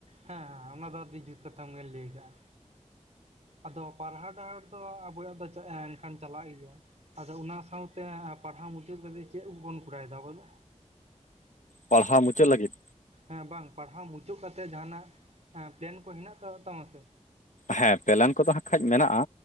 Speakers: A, on the right; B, on the left.
A: ᱦᱮᱸ ᱚᱱᱟ ᱫᱚ ᱟᱹᱰᱤ ᱡᱩᱛ ᱠᱟᱛᱷᱟ ᱵᱤᱱ ᱞᱟᱹᱭ ᱠᱟᱜ-ᱟ᱾ ᱟᱫᱚ ᱯᱟᱨᱦᱟᱴ ᱦᱟᱴ ᱫᱚ ᱟᱵᱚᱭᱟᱜ ᱫᱚ ᱮᱱᱠᱷᱟᱱ ᱪᱟᱞᱟᱜ ᱜᱮᱭᱟ᱾ ᱟᱫᱚ ᱚᱱᱟ ᱥᱟᱶᱛᱮ ᱯᱟᱲᱦᱟᱣ ᱢᱩᱪᱟᱹᱫ ᱠᱟᱛᱮ ᱪᱮᱫ ᱵᱚᱱ ᱠᱚᱨᱟᱣ ᱫᱟ ᱟᱵᱚ ᱫᱚ?
B: ᱯᱟᱲᱦᱟᱣ ᱢᱩᱪᱟᱹᱫ ᱞᱟᱹᱜᱤᱫ
A: ᱦᱮᱸ ᱵᱟᱝ ᱯᱟᱲᱦᱟᱣ ᱢᱩᱪᱟᱹᱫ ᱠᱟᱛᱮᱜ ᱡᱟᱦᱱᱟᱜ ᱯᱮᱞᱮᱱ ᱠᱚ ᱦᱮᱱᱟᱜ ᱟᱠᱟᱫ ᱛᱟᱢᱟ ᱥᱮ?
B: ᱦᱮᱸ ᱯᱮᱞᱮᱱ ᱠᱚᱫᱚ ᱦᱟᱸᱜ ᱠᱷᱟᱱᱡ ᱢᱮᱱᱟᱜᱼᱟ,